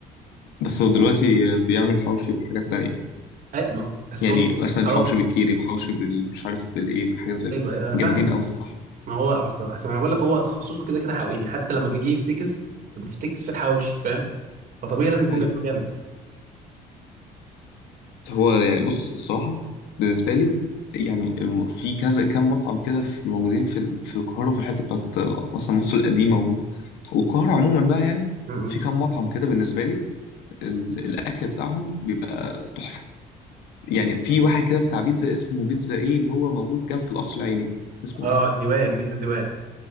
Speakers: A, on the left; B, on the right.
A: بس هو دلوقتي بيعمل حوشي بحاجات تانية
B: اي ما بس
A: يعني
B: هو تخصص
A: مثلا
B: حواوشي
A: حوشي بالكيري وحوشي بال... مش عارف بالايه وحاجات زي
B: ايوه
A: كده
B: أيوة، انا
A: جامدين
B: فاهمك
A: قوي الصراحه
B: ما هو بس بس انا بقول لك هو تخصصه كده كده حقيقي حتى لما بيجي يفتكس بيفتكس في الحواوشي فاهم فطبيعي لازم يكون
A: ايوه
B: بيعمله جامد
A: هو يعني بص الصراحة بالنسبة لي يعني الم- في كذا كام مطعم كده في موجودين في ال- في القاهرة وفي الحتة بتاعت آه، مثلا مصر القديمة و- والقاهرة عموما بقى يعني
B: م-
A: في
B: م.
A: كام مطعم كده بالنسبة لي ال- الأكل بتاعهم بيبقى تحفة يعني في واحد كده بتاع بيتزا اسمه بيتزا إيه اللي هو موجود جنب في القصر العيني اسمه
B: اه
A: إيه؟
B: الديوان بيتزا الديوان